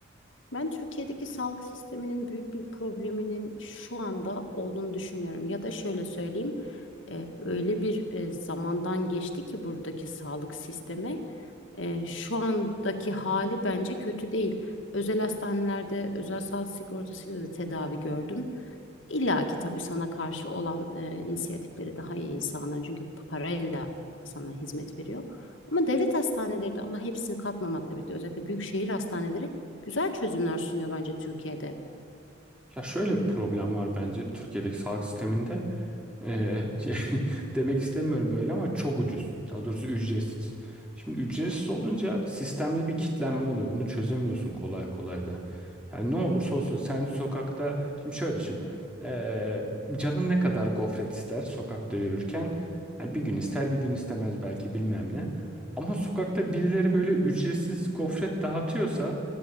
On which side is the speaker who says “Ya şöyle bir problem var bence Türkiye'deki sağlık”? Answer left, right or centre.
Centre